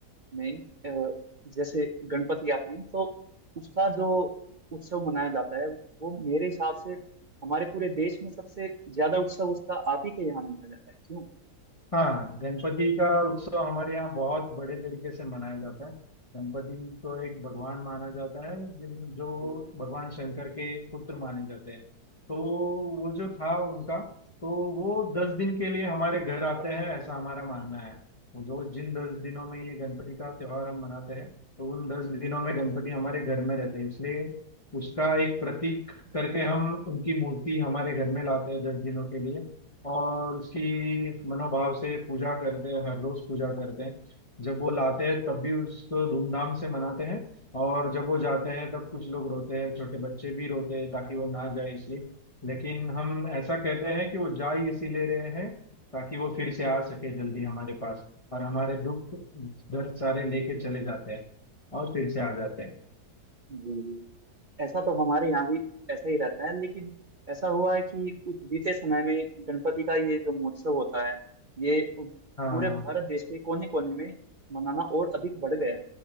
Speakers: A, on the right; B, on the left.
A: में अ, जैसे गणपति आते हैं तो उसका जो उत्सव मनाया जाता है वो मेरे हिसाब से हमारे पूरे देश में सबसे ज्यादा उत्सव उसका आप ही के यहाँ मनाया जाता है क्यों
B: हाँ गणपति का उत्सव हमारे यहाँ बहुत बड़े तरीके से मनाया जाता है गणपति को एक भगवान माना जाता है जिन- जो
A: जी
B: भगवान शंकर के पुत्र माने जाते हैं तो वो जो था उनका तो वो दस दिन के लिए हमारे घर आते हैं ऐसा हमारा मानना है वो जो जिन दस दिनों में ये गणपति का त्योहार हम मनाते हैं तो उन दस दिनों में गणपति हमारे घर में रहते हैं इसलिए उसका एक प्रतीक करके हम उनकी मूर्ति हमारे घर में लाते हैं दस दिनों के लिए और उसकी मनोभाव से पूजा करते हैं हर रोज पूजा करते हैं जब वो लाते हैं तब भी उसको धूमधाम से मनाते हैं और जब वो जाते हैं तब कुछ लोग रोते हैं छोटे बच्चे भी रोते हैं ताकि वो ना जाए इसलिए लेकिन हम ऐसा कहते हैं कि वो जा ही इसीलिए रहे हैं ताकि वो फिर से आ सके जल्दी हमारे पास और हमारे दुख दर्द सारे लेके चले जाते हैं और फिर से आ जाते हैं
A: जी जी ऐसा तो हमारे यहाँ भी ऐसा ही रहता है लेकिन ऐसा हुआ है कि कुछ बीते समय में गणपति का ये जो महोत्सव होता है ये पूरे
B: हाँ हाँ
A: भारत देश के कोने कोने में मनाना और अधिक बढ़ गया